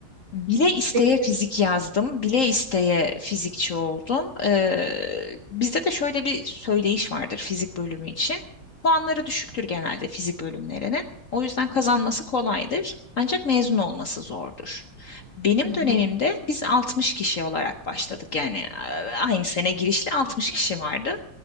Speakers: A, on the left; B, on the right.
A: Bile isteye
B: Peki.
A: fizik yazdım, bile isteye fizikçi oldum. Ee, bizde de şöyle bir söyleyiş vardır fizik bölümü için. Puanları düşüktür genelde fizik bölümlerinin. O yüzden kazanması kolaydır. Ancak mezun olması zordur. Benim
B: Hı
A: dönemimde
B: hı.
A: biz 60 kişi olarak başladık. Yani e, aynı sene girişli 60 kişi vardı.